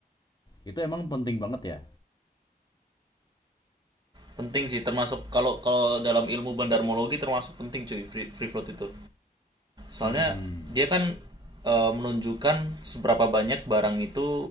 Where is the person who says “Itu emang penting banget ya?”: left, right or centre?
Left